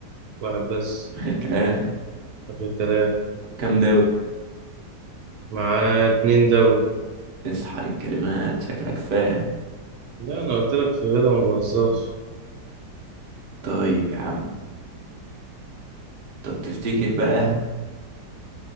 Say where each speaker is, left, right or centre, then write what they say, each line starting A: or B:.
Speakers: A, on the right; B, on the right.
A: واحد بس
B: غير كلام
A: آخر الكلام
B: طب كام دوري
A: مع اتنين دوري
B: اصحى للكلمات شكلك فاهم
A: لا أنا قلت لك في الرياضة ما بهزرش
B: طيب يا عم طب تفتكر بقى